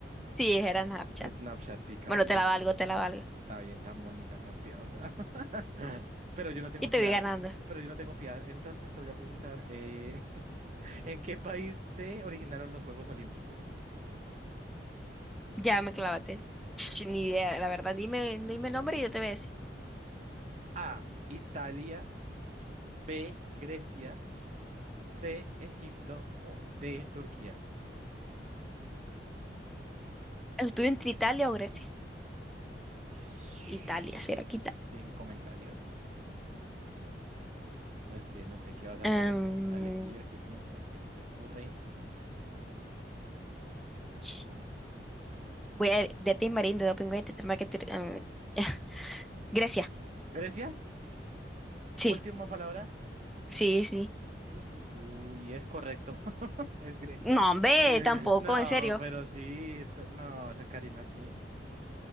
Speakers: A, in the centre; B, on the right.
A: Sí, era Snapchat.
B: Snapchat Picaboo.
A: Bueno, te la valgo, te la valgo.
B: Está bien, tan bonita, tan piadosa. <laughs> Pero yo no tengo
A: Y te
B: piedad.
A: voy ganando.
B: Pero yo no tengo piedad. Entonces te voy a preguntar, eh, <laughs> ¿en qué país se originaron los Juegos Olímpicos?
A: Ya me clavaste. Ch, Ni idea, la verdad. Dime, dime nombre y yo te voy a decir.
B: A, Italia, B, Grecia, C, Egipto o D, Turquía.
A: Estuve entre Italia o Grecia.
B: Sin
A: Italia, será que Italia.
B: comentarios. No sé, no sé qué vas a,
A: Am,
B: pe- <laughs> a elegir, qué piensas, qué se te ocurre.
A: ch, voy a de Tim Marín, de Doping, de Tetramaquetir- am, <laughs> Grecia.
B: Grecia,
A: Sí,
B: última palabra.
A: sí, sí.
B: Tú, tú, tú. Y es correcto. <laughs> Es Grecia.
A: No, hombre,
B: <laughs>
A: tampoco,
B: No,
A: en serio.
B: pero sí, es co- no, esa Karina sí.